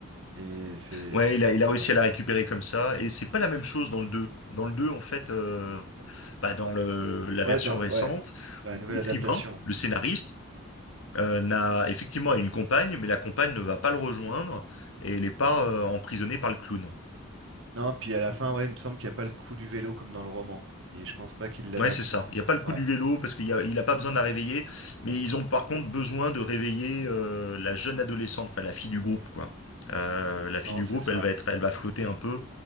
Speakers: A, on the right; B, on the left.
A: Et c'est,
B: ouais,
A: c'était
B: il a,
A: vraiment
B: il
A: pas
B: a réussi
A: mal.
B: à la récupérer comme ça, et c'est pas la même chose dans le 2. Dans le 2 en fait, euh, bah, dans le, la
A: Ouais,
B: version
A: dans,
B: récente,
A: ouais, dans la nouvelle
B: l'écrivain,
A: adaptation.
B: le scénariste, euh, n'a effectivement une compagne, mais la compagne ne va pas le rejoindre, et elle n'est pas euh, emprisonnée par le clown.
A: Non, puis à la fin, ouais, il me semble qu'il n'y a pas le coup du vélo comme dans le roman. Et je pense pas qu'il l'adapte.
B: Ouais, c'est ça. Il n'y a pas le
A: Ouais,
B: coup du vélo parce qu'il a, il a pas besoin de la réveiller, mais ils ont par contre besoin de réveiller euh, la jeune adolescente, enfin la fille du groupe, quoi. Euh, la fille
A: non,
B: du
A: c'est
B: groupe,
A: ça.
B: elle va être, elle va flotter un peu.